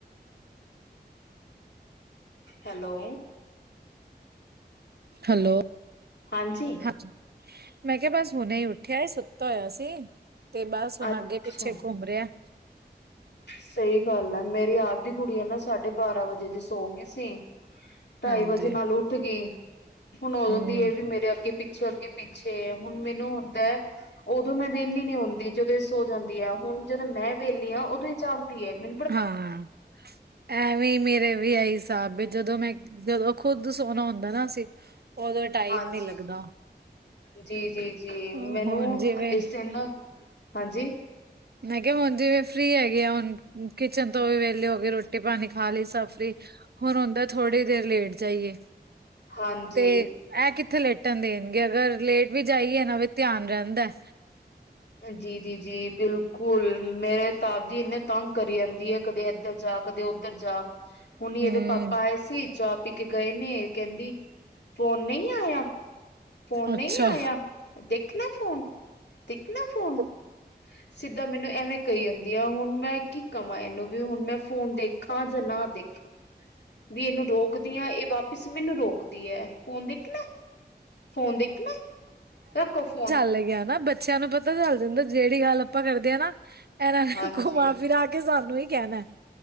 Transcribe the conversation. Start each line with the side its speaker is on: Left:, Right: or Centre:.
Left: ਹੈਲੋ
Right: ਹੈਲੋ
Left: ਹਾਂਜੀ
Right: ਹ ਮੈਂ ਕਿਹਾ ਬਸ ਹੁਣੇ ਹੀ ਉੱਠਿਆ ਸੁੱਤਾ ਹੋਇਆ ਸੀ ਤੇ ਬਸ ਹੁਣ
Left: ਅੱਛਾ
Right: ਅੱਗੇ ਪਿੱਛੇ ਘੁੰਮ ਰਿਹਾ ਐ
Left: ਸਹੀ ਗੱਲ ਹੈ ਮੇਰੀ ਆਪ ਦੀ ਕੁੜੀ ਆ ਨਾ ਸਾਢੇ ਬਾਰਾਂ ਵਜੇ ਦੀ ਸੋ ਗੀ ਸੀ ਢਾਈ
Right: ਹਾਂਜੀ,
Left: ਵਜੇ ਨਾਲ ਉੱਠ ਗੀ ਹੁਣ ਉਦੋਂ
Right: ਹੂੰ,
Left: ਦੀ ਐਵੀ ਮੇਰੇ ਅੱਗੇ ਪਿੱਛੇ ਅੱਗੇ ਪਿੱਛੇ ਹੁਣ ਮੈਨੂੰ ਹੁੰਦਾ ਐ ਉਦੋਂ ਮੈਂ ਵਿਹਲੀ ਨੀ ਹੁੰਦੀ ਜਦੋਂ ਇਹ ਸੋ ਜਾਂਦੀ ਆ ਹੁਣ ਜਦੋਂ ਮੈਂ ਵਿਹਲੀ ਆਂ ਉਦੋਂ ਇਹ ਜਾਗਦੀ ਹੈ ਮੈ
Right: ਹਾਂ ਐਵੇਂ ਈ ਮੇਰੇ ਵੀ ਇਹੀ ਹਿਸਾਬ ਜਦੋਂ ਮੈਂ ਜਦੋਂ ਖੁਦ ਸੋਹਣਾ ਹੁੰਦਾ ਨਾ ਅਸੀਂ ਉਦੋਂ ਟਾਈਮ
Left: ਹਾਂਜੀ
Right: ਨੀ ਲੱਗਦਾ,
Left: ਜੀ ਜੀ ਜੀ
Right: ਹੁਣ
Left: ਮੈਨੂੰ
Right: ਜਿਵੇਂ
Left: ਇਸ ਦਿਨ ਹਾਂਜੀ
Right: ਮੈਂ ਕਿਹਾ ਹੁਣ ਜਿਵੇਂ ਫ੍ਰਰੀ ਹੈਗੇ ਆ ਹੁਣ ਕਿਚਨ ਤੋਂ ਵੀ ਵਿਹਲੇ ਹੋਗੇ ਰੋਟੀ ਪਾਣੀ ਖਾਲੀ ਸਬ ਫਰੀ ਹੁਣ ਹੁੰਦਾ ਥੋੜੀ ਦੇਰ ਲੇਟ ਜਾਈਏ
Left: ਹਾਂਜੀ
Right: ਤੇ ਐਹ ਕਿੱਥੇ ਲੇਟਣ ਦੇਣਗੇ ਅਗਰ ਲੇਟ ਵੀ ਜਾਈਏ ਨਾ ਵੀ ਧਿਆਨ ਰਹਿੰਦਾ ਐ
Left: ਜੀ ਜੀ ਜੀ ਬਿਲਕੁਲ ਮੇਰੇ ਤਾਂ ਆਪ ਜੀ ਇੰਨੇ ਤੰਗ ਕਰੀ ਜਾਂਦੀ ਐ ਕਦੇ ਇੱਧਰ ਜਾ ਕਦੇ ਉੱਧਰ ਜਾ ਹੁਣ ਇਹਦੇ
Right: ਹੂੰ
Left: ਪਾਪਾ ਆਏ ਸੀ ਚਾਹ ਪੀ ਕੇ ਗਏ ਨੇ ਕਹਿੰਦੀ ਫੋਨ ਨਹੀਂ ਆਇਆ ਫੋਨ
Right: ਅੱਛਾ
Left: ਨਹੀਂ ਆਇਆ ਦੇਖ ਨਾ ਫੋਨ ਦਿਖ ਨਾ ਫੋਨ
Right: <inaudible>
Left: ਸਿੱਧਾ ਮੈਨੂੰ ਐਵੇਂ ਕਹੀ ਜਾਂਦੀ ਆ ਹੁਣ ਮੈਂ ਕੀ ਕਵਾਂ ਇਹਨੂੰ ਵੀ ਹੁਣ ਮੈਂ ਫੋਨ ਦੇਖਾਂ ਜਾਂ ਨਾ ਦੇਖ ਵੀ ਇਹਨੂੰ ਰੋਕਦੀ ਆਂ ਇਹ ਵਾਪਿਸ ਮੈਨੂੰ ਰੋਕਦੀ ਐ ਫੋਨ ਦੇਖਣਾ ਐ ਫੋਨ ਦੇਖਣਾ ਐ ਰੱਖੋ ਫੋਨ
Right: ਲਗਿਆ ਨ ਬੱਚਿਆਂ ਨੂੰ ਪ ਪਤਾ ਚੱਲ ਜਾਂਦਾ ਜਿਹੜੀ ਗੱਲ ਆਪਾਂ ਕਰਦੇ ਆਂ ਨਾ ਇਹਨਾਂ ਨੇ
Left: ਹਾਂਜੀ
Right: ਘੁਮਾ ਫਿਰਾ ਕੇ ਸਾਨੂੰ ਹੀ ਕਹਿਣਾ ਐ